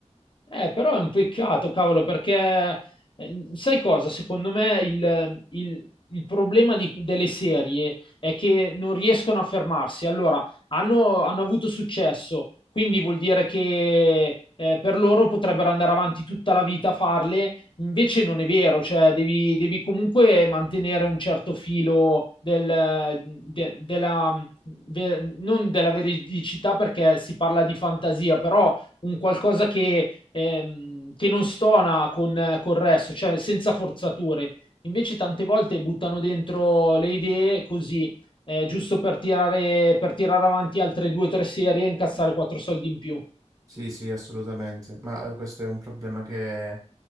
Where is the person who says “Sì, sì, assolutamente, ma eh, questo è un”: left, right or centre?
Right